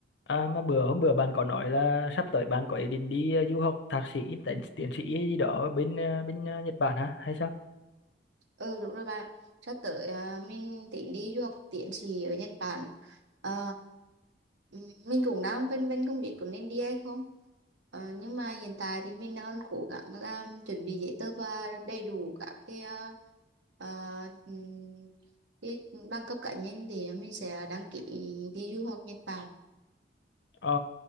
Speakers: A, on the left; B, on the right.
A: À, mà bữa hôm bữa bạn có nói là sắp tới bạn có ý định đi ờ, du học thạc sĩ, tiến, tiến sĩ gì đó ở bên ờ, bên ờ, Nhật Bản hả hay sao?
B: Ừ đúng rồi bạn sắp tới à, mình tính đi du học tiến sĩ ở Nhật Bản Ờ, ừm, mình cũng đang phân vân không biết có nên đi hay không Ờ, nhưng mà hiện tại thì mình đang cố gắng làm chuẩn bị giấy tờ và đầy đủ các cái à, ờ, ừm, cái bằng cấp cá nhân thì mình sẽ đăng ký đi du học Nhật Bản
A: Ờ,